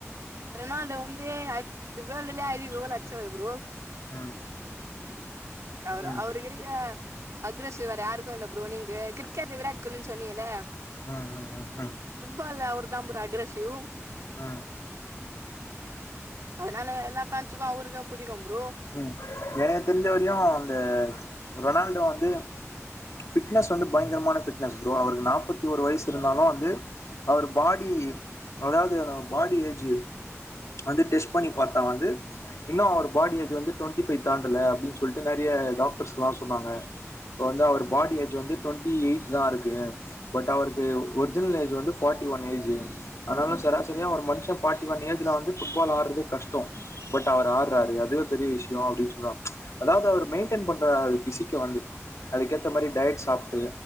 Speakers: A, on the right; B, on the left.
A: ரொனால்டோ வந்து அதி வேல்டுலே அதிக கோல் அச்சவுரு ப்ரோ
B: ம்
A: அவுரு
B: ம்
A: அவுருக்கிருக்க அக்ரஸிவ் வேற யாருக்கு இல்ல ப்ரோ நீங்க கிர்க்கெட் விராட் கோலின்னு சொன்னீங்கள
B: அ அ அ அ
A: ஃபுட்பால்ல அவுர் தாம்ப்ரோ அக்ரசிவ்
B: அ
A: அதுனால எல்லா ஃபேண்ட்ஸுக்கு அவுருக்கு புடிக்கும்ப்ரோ
B: ம் எனக் தெரிஞ்ச வரையு அந்த ரொனால்டோ வந்து ஃபிட்னஸ் வந்து பயங்கரமான ஃபிட்னஸ் ப்ரோ அவருக்கு நாப்பத்திஓரு வயசு இருந்தாலு அந்து அவுர் பாடி அதாது பாடி ஏஜ் அந்து டெஸ்ட் பண்ணி பாத்தா வந்து இன்னு அவர் பாடி ஏஜ் வந்து டுவெண்டிஃபைவ் தாண்டல அப்டின்னு சொல்லிட்டு நெறைய டாக்டர்ஸ்ல்லா சொன்னாங்க இப்போ வந்து அவர் பாடி ஏஜ் வந்து டுவெண்ட்டி எயிட் தா இருக்கு பட் அவருக்கு ஒரிஜினல் ஏஜ் வந்து ஃபார்ட்டி ஒன் ஏஜ்ஜு ஆனாலு சராசரியா ஒரு மனுஷன் ஃபார்ட்டி ஒன் ஏஜ்ல வந்து ஃபுட்பால் ஆட்றது கஷ்டோ பட் அவர் ஆடுறாரு அதுவே பெரிய விஷயோ அப்டின்னு சொல்வா அதாவது அவர் மெயின்டெயின் பண்றாரு அ பிசிக்க வந்து அதுக்கேத்த மாரி டயட் சாப்ட்டு